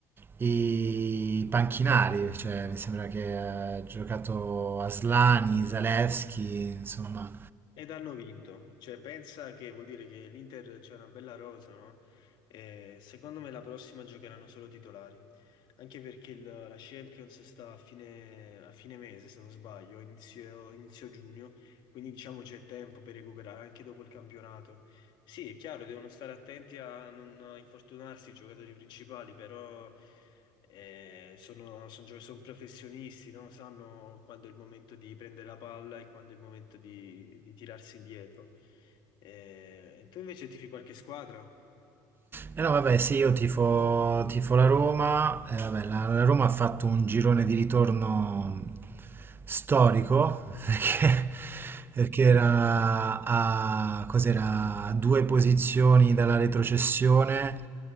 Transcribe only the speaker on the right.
i panchinari, cioè mi sembra che ha giocato Aslani, Zalewski, insomma,
Eh no, vabbè, sì, io tifo, tifo la Roma. eh, vabbè, la, la Roma ha fatto un girone di ritorno storico <laughs> perché,
perché era a, cos'era, a due posizioni dalla retrocessione